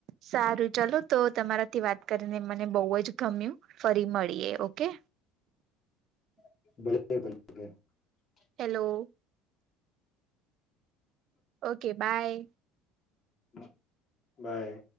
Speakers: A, on the right; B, on the left.
A: સારું ચલો તો તમારાથી વાત કરીને મને બહુ જ ગમ્યું. ફરી મળીએ ઓકે.
B: <inaudible>
A: હેલો. Okay bye.
B: બ, બાય.